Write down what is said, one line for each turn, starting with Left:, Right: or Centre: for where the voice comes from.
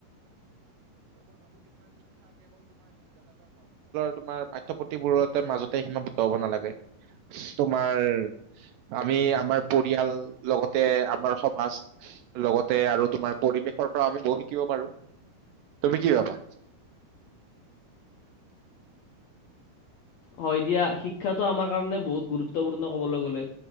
Right: তোমাৰ পাঠ্যপুথিবোৰতে মাজতে সীমাবদ্ধ হব নালাগে তোমাৰ আমি আমাৰ পৰিয়াল লগতে আমাৰ সমাজ লগতে আৰু পৰিবেশৰ পৰা বহোত শিকিব পাৰু। তুমি কি ভাবা?
Left: হয় দিয়া শিক্ষাটো আমাৰ কাৰণে বহুত গুৰুত্বপূৰ্ণ কবলৈ গলে